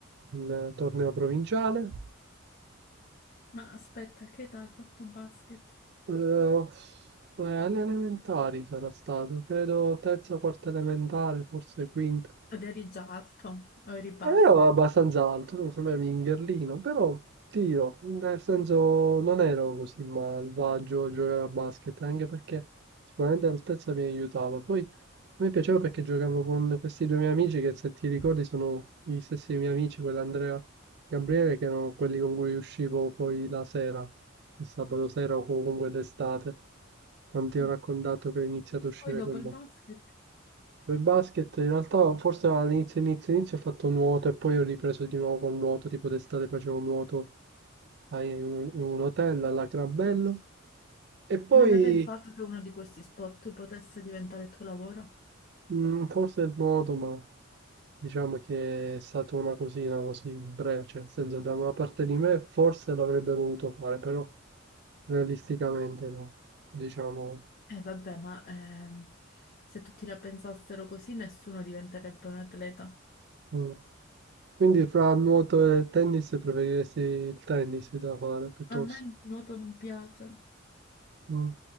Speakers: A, on the right (about 55°); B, on the left (about 45°).
A: un torneo provinciale.
B: Ma aspetta, a che età hai fatto basket?
A: Eh, eh, alle elementari sarà stato, credo terza, quarta elementare, forse quinta.
B: Ed eri già alto o eri basso?
A: Non ero abbastanza alto, non sembrava un mingherlino, però ti dirò, nel senso non ero così malvagio a giocare a basket, anche perché sicuramente l'altezza mi aiutava. Poi a me piaceva perché giocavo con questi due miei amici che se ti ricordi sono gli stessi miei amici, quell'Andrea e Gabriele, che erano quelli con cui uscivo poi la sera, il sabato sera o comunque d'estate, quanti ho
B: Mm.
A: raccontato che ho iniziato a uscire
B: Poi dopo
A: con
B: il
A: loro.
B: basket,
A: Per basket in realtà forse all'inizio inizio inizio ho fatto nuoto e poi ho ripreso di nuovo col nuoto, tipo d'estate facevo nuoto a- in un, in un hotel alla Crabello e poi
B: mi hai mai pensato che uno di questi sport potesse diventare il tuo lavoro?
A: mh, forse il nuoto, ma diciamo che è stata una cosina così breve, cioè nel senso da una parte di me forse l'avrebbe voluto fare, però realisticamente no, diciamo.
B: Eh vabbè, ma ehm, se tutti la pensassero così, nessuno diventerebbe un atleta.
A: mm. Quindi fra nuoto e tennis preferiresti il tennis da fare piuttosto.
B: A me il nuoto non piace,
A: Mm.